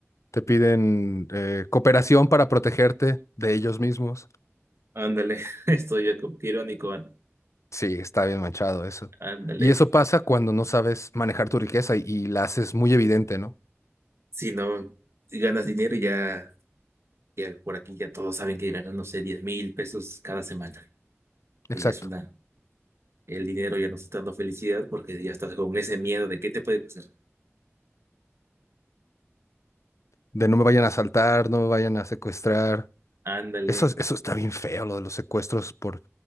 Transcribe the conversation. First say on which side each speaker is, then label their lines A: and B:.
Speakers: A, on the left; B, on the right.
A: te piden eh, cooperación para protegerte de ellos mismos.
B: Ándale, <laughs> estoy yo como que irónico, á-
A: Sí, está bien manchado eso.
B: ándale.
A: Y eso pasa cuando no sabes manejar tu riqueza y, y la haces muy evidente, ¿no?
B: Si no, si ganas dinero ya, ya por aquí ya todos saben que ganan, no sé, diez mil pesos cada semana. Pues
A: Exacto.
B: ya es una, el dinero ya no está dando felicidad porque ya estás con ese miedo de qué te puede pasar.
A: De no me vayan a asaltar, no me vayan a secuestrar.
B: Ándale,
A: Eso, es- eso está bien feo, lo de los secuestros por,